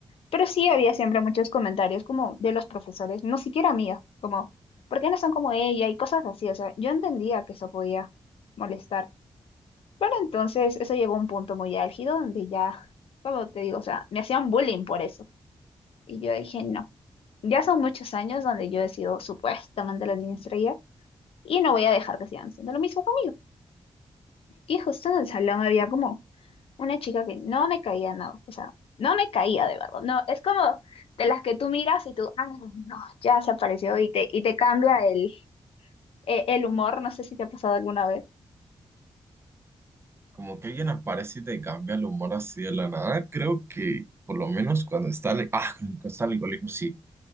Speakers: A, on the left; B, on the right.
A: Pero sí había siempre muchos comentarios como de los profesores, no siquiera míos, como, ¿por qué no son como ella? Y cosas así, o sea, yo entendía que eso podía molestar. Pero entonces eso llegó a un punto muy álgido donde ya, como te digo, o sea, me hacían bullying por eso. Y yo dije, no, ya son muchos años donde yo he sido supuestamente la niña estrella y no voy a dejar que sigan haciendo lo mismo conmigo. Y justo en el salón había como una chica que no me caía nada, o sea, no me caía de verdad, no, es como de las que tú miras y tú, ah, no, ya se apareció y te, y te cambia el, e- el humor, no sé si te ha pasado alguna vez.
B: Como que alguien aparece y te cambia el humor así de la nada. Creo que, por lo menos cuando está... en el- Ah, cuando está en el colegio, sí.